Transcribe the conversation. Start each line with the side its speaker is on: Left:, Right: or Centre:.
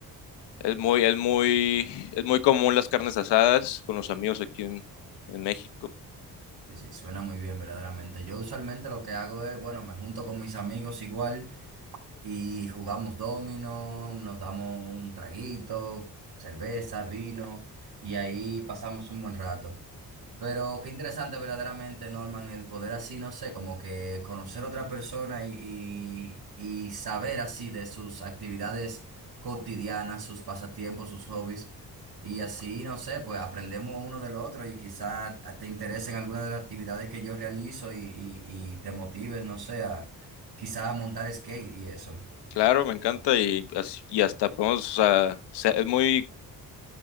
Left: Es muy, es muy, es muy común las carnes asadas con los amigos aquí en, en México.
Right: Sí, sí, suena muy bien, verdaderamente. Yo usualmente lo que hago es, bueno, me junto con mis amigos igual. Y jugamos dominó, nos damos un traguito, cerveza, vino, y ahí pasamos un buen rato. Pero qué interesante verdaderamente, Norman, el poder así, no sé, como que conocer a otra persona y, y, y saber así de sus actividades cotidianas, sus pasatiempos, sus hobbies. Y así, no sé, pues aprendemos uno del otro y quizá te interesen algunas de las actividades que yo realizo y, y, y te motives, no sé, a quizá montar skate y eso.
Left: Claro, me encanta y, as- y hasta podemos, o sea, se- es muy,